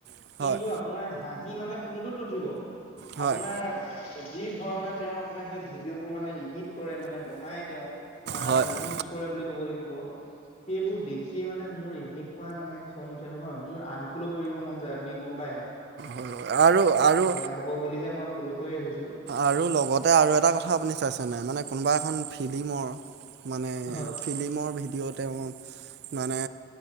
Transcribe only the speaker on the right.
হয়
হয়
হয়
হয়
উম আৰু আৰু
আৰু লগতে আৰু এটা কথা আপুনি চাইছে নাই মানে কোনোবা এখন ফিলিমৰ মানে
ফিলিমৰ ভিডিঅ হওঁক মানে